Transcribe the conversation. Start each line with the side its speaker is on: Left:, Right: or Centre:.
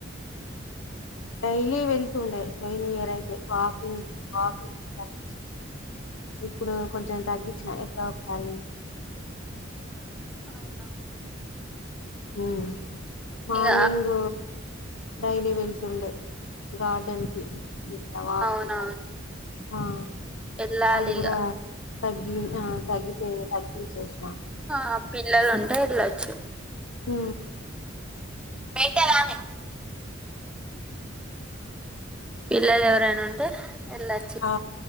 Left: డైలీ వెళ్తుండే పొయినియరైతే వాకింగ్ వాకింగ్ తచ్చి ఇప్పుడు కొంచెం తగ్గించిన లొక్ సారి
Centre: అవునా
Left: ఉ మార్నింగ్
Centre: ఇగ
Left: డైలీ వెళ్తుండే. గార్డన్కి ఇట్లా వాకింగ్,
Centre: అవునవును
Left: ఆ
Centre: వెళ్ళాలి
Left: అది కుడ
Centre: ఇగ
Left: తగ్గి ఆ తగ్గితే తగ్గించేస్నా
Centre: ఆ పిల్లలు ఉంటె ళ్లొచ్చు
Left: ఊ
Centre: మెంటలానే పిల్లలు ఎవరైనా ఉంటే వెళ్ళొచ్చు
Left: ఆ